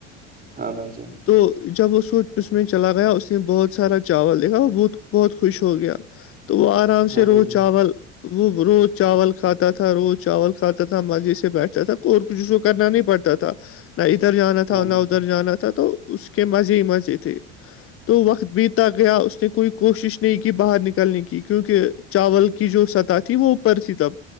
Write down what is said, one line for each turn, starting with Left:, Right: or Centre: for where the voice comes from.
Right: ہاں بھائی جے ہاں
Left: تو جب وہو اس میں چلا گیا اس نے بہت سارا چاول دیکھا وہ بہت بہت خوش ہو گیا تو وہ آرام
Right: ہاں
Left: سے روز
Right: بھائی جان
Left: چاول وہ روز چاول کھاتا تھا روز چاول کھاتا تھا مزے سے بیٹھتا تھا ک کچھ اس کو کرنا نہیں پڑتا تھا نہ ادھر جانا
Right: ہاں
Left: تھا
Right: بھائی
Left: نہ
Right: جان
Left: ادھر جانا تھا تو اس کے مزے ہی مزے تھے تو وقت بیتا گیا اس نے کوئی کوشش نہیں کی باہر نکلنے کی کیونکہ چاول کی جو سطح تھی وہ اوپر تھی تب